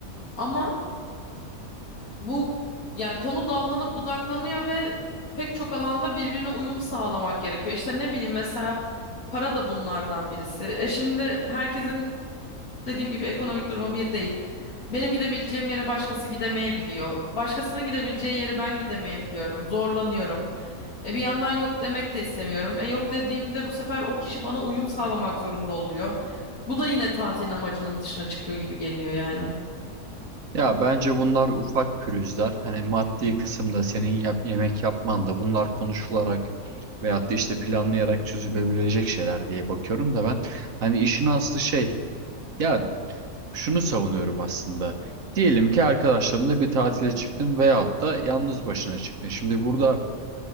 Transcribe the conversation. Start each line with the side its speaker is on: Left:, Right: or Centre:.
Left: Ama bu yani konu dallanıp budaklanıyor ve pek çok alanda birbirine uyum sağlamak gerekiyor. İşte ne bileyim mesela para da bunlardan birisi. E şimdi herkesin dediğim gibi ekonomik durumu bir değil. Benim gidebileceğim yere başkası gidemeyebiliyor. Başkasına gidebileceği yere ben gidemeyebiliyorum. Zorlanıyorum. E bir yandan yok demek de istemiyorum. E yok dediğimde bu sefer o kişi bana uyum sağlamak zorunda oluyor. Bu da yine tatilin amacının dışına çıkıyor gibi geliyor yani.
Right: Ya bence bunlar ufak pürüzler. Hani maddi kısımda senin yap- yemek yapman da bunlar konuşularak veyahut da işte planlayarak çözülebilecek şeyler diye bakıyorum da ben hani işin aslı şey ya şunu savunuyorum aslında. Diyelim ki arkadaşlarınla bir tatile çıktın veyahut da yalnız başına çıktın. Şimdi burada